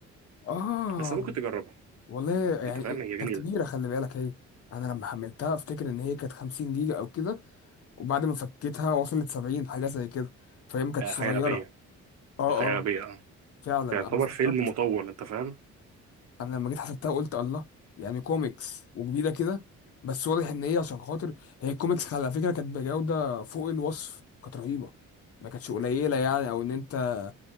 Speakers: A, on the left; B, on the right.
A: اه
B: بس ممكن تجربها
A: والله يعني
B: انت فاهم هي
A: كانت
B: جميله
A: كبيره خلي بالك هي انا لما حملتها افتكر ان هي كانت 50 جيجا او كده وبعد ما فكيتها وصلت 70 حاجه زي كده فهي ما كانتش
B: آه، حاجه
A: صغيره
B: غبيه
A: اه
B: حاجه غبيه
A: اه
B: اه
A: فعلا
B: يعتبر
A: انا استغربت
B: فيلم مطول انت فاهم
A: انا لما جيت حسبتها قلت الله يعني كوميكس وجديده كده بس واضح ان هي عشان خاطر هي الكوميكس على فكره كانت بجوده فوق الوصف كانت رهيبه ما كانتش قليله يعني او ان انت